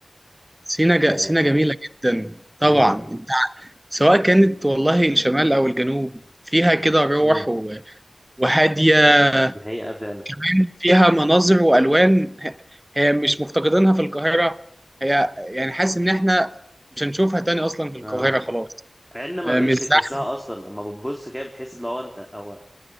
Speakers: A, on the right; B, in the centre.
A: سينا ج...
B: آه،
A: سينا جميله جدا طبعا
B: امم
A: انت ع- سواء كانت والله الشمال او الجنوب فيها كده روح
B: امم
A: و... وهاديه
B: دي حقيقة فعلا
A: كمان فيها مناظر والوان ه- هي مش مفتقدينها في القاهره هي يعني حاسس ان احنا مش هنشوفها تاني اصلا في القاهره
B: اه
A: خلاص
B: مع ان ما
A: آه،
B: بقتش
A: مش زحمه
B: بتحسها اصلا اما بتبص كده بتحس لو انت او